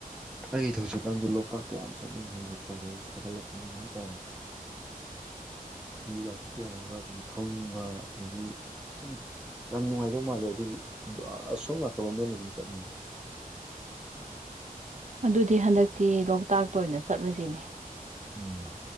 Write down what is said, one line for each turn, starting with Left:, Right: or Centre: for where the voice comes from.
Centre: ꯑꯩ ꯊꯕꯛ ꯆꯠꯀꯥꯟꯗ ꯂꯣꯛꯇꯥꯛꯇ ꯌꯥꯝ ꯆꯠꯅꯤꯡꯉꯦ ꯃꫭꯏ ꯂꯣꯛꯇꯥꯛꯇꯦ ꯌꯥꯝ ꯁꯥꯒꯠꯂꯛꯄꯅꯤꯅ ꯍꯥꯏꯇꯥꯔꯦ ꯍꯤ ꯉꯥꯛꯇ ꯇꯣꯡꯉꯒ ꯑꯗꯨꯝ ꯊꯥꯎꯅꯤꯡꯕ ꯑꯗꯒꯤ ꯈꯪꯗꯦ ꯌꯥꯝ ꯅꯨꯡꯉꯥꯏꯗꯧ ꯃꯥꯜꯂꯦ ꯑꯗꯨꯒꯤ ꯑ ꯁꯣꯝ ꯉꯥꯛꯇ ꯑꯣꯏꯅ ꯑꯗꯨꯝ ꯆꯠꯅꯤꯡꯉꯦ
Right: ꯑꯗꯨꯗꯤ ꯍꯟꯗꯛꯇꯤ ꯂꯣꯛꯇꯥꯛꯇ ꯑꯣꯏꯅ ꯆꯠꯂꯁꯤꯅꯦ
Centre: ꯎꯝ